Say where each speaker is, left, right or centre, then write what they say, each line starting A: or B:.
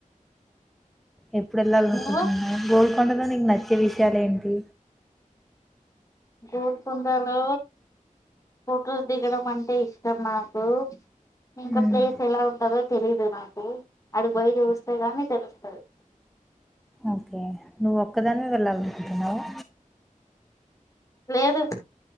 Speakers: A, in the centre; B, on the left.
A: ఎప్పుడెలాల్ అనుకుంటున్నావ్
B: నువ్వు
A: గోల్ కొండాతో నిక్ నచ్చే విషయాలేంటి
B: గోల్కొండ లో ఫొటోస్ దిగడం అంటే ఇష్టం. నాకు ఇంకా
A: మ్మ్.
B: ప్లేస్ ఎలా ఉంటదో తెలిదు నాకు అడుగుపోయి చూస్తే గానీ తెలుస్తది.
A: ఓకే నువ్వు ఒక్కదానివే వెళ్ళాలనుకుంటున్నావా
B: లేదు